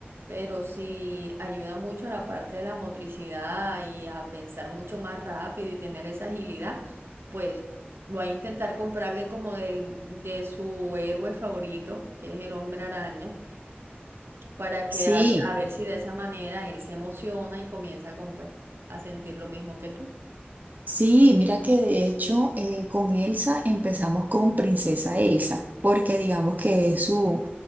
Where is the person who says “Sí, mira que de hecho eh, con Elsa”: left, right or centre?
Right